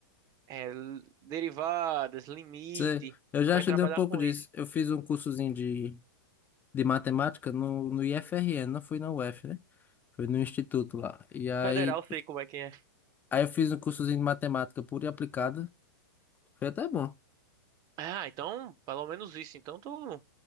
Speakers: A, on the right (about 35°); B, on the left (about 15°).
A: é, l- derivadas, limite,
B: Sei. Eu já
A: vai
B: estudei
A: trabalhar
B: um pouco
A: com
B: disso.
A: isso.
B: Eu fiz um cursozinho de de matemática no, no IFRN, não foi na UF, né? Foi no instituto lá. E aí,
A: Federal, sei como é que é.
B: aí eu fiz um cursozinho de matemática pura e aplicada. Foi até bom.
A: Ah, então, pelo menos isso. Então tu,